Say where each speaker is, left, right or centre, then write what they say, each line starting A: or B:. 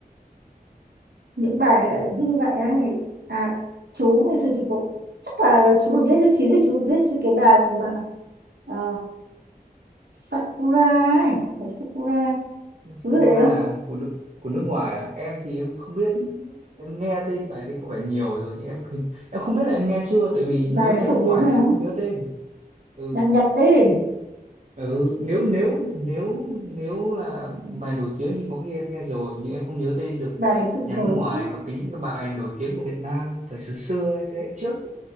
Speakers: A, on the right; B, on the right.
A: những bài đấy là giúp như vậy á này à chú ngày xưa chú cũng chắc là chú phải biết chứ chín thì chú phải biết chứ cái bài mà ờ, Sakura ấy bài Sakura chú
B: Cú
A: biết
B: ra
A: đấy không
B: à? của nước của nước ngoài à? Em thì em không biết, em nghe tên bài đấy có vẻ nhiều rồi chứ em không- em không biết là em nghe chưa, tại vì
A: bài
B: nếu
A: đấy
B: nhà nước
A: phổ biến
B: ngoài
A: mà
B: thì em không nhớ tên. Ừ.
A: nhạc Nhật đấy
B: ừ nếu nếu nếu nếu là bài nổi tiếng thì có khi em nghe rồi nhưng em không nhớ tên được
A: bài đấy cực
B: nhạc
A: nổi
B: nước ngoài
A: chứ
B: còn cái những cái bài nổi tiếng của Việt Nam thời xưa xưa ấy, thế hệ trước